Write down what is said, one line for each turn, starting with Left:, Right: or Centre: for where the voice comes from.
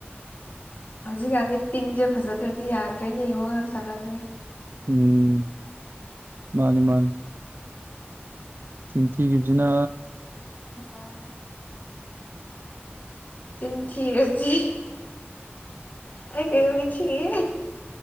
Left: ꯍꯧꯖꯤꯛꯀꯥꯟꯗꯤ ꯇꯤꯟꯁꯦ ꯐꯖꯗ꯭ꯔꯗꯤ ꯌꯥꯗ꯭ꯔꯦꯅꯦ ꯋꯥꯉꯥꯡ ꯁꯉꯥꯡꯅꯦ
Right: ꯎꯝ ꯃꯥꯅꯤ ꯃꯥꯥꯅꯤ ꯆꯤꯟꯊꯤꯈꯤꯕꯞꯖꯤꯅ
Left: ꯎꯝ ꯆꯤꯟ ꯊꯤꯔꯗꯤ ꯑꯩ ꯀꯩꯗꯧꯅꯤ ꯊꯤꯉꯦ